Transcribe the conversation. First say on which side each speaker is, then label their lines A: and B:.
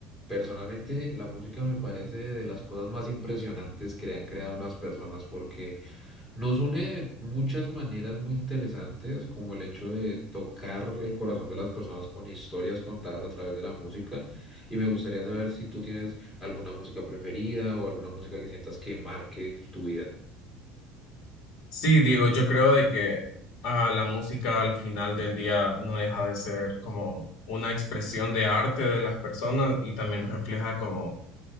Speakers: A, on the left (about 15°); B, on the left (about 50°).
A: Personalmente, la música me parece de las cosas más impresionantes que han creado las personas porque nos une de muchas maneras muy interesantes, como el hecho de tocar el corazón de las personas con historias contadas a través de la música. Y me gustaría saber si tú tienes alguna música preferida o alguna música que sientas que marque tu vida.
B: Sí, Diego, yo creo de que ah, la música al final del día no deja de ser como una expresión de arte de las personas y también refleja como